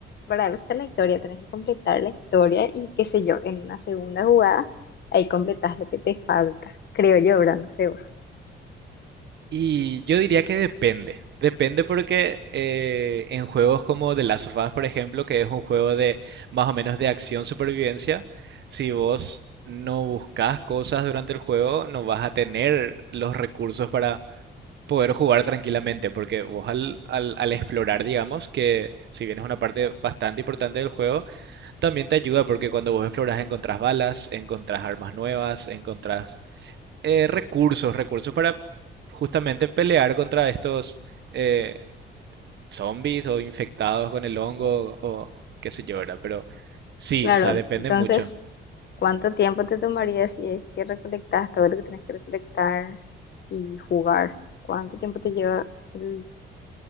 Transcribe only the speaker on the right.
Y yo diría que depende. Depende porque eh, en juegos como The Last of Us, por ejemplo, que es un juego de más o menos de acción supervivencia, si vos no buscas cosas durante el juego, no vas a tener los recursos para poder jugar tranquilamente, porque vos al, al, al explorar, digamos, que si bien es una parte bastante importante del juego, también te ayuda porque cuando vos exploras encontrás balas, encontrás armas nuevas, encontrás eh, recursos, recursos para justamente pelear contra estos eh, zombies o infectados con el hongo o qué sé yo, ¿verdad? Pero sí,
o sea,
depende
mucho.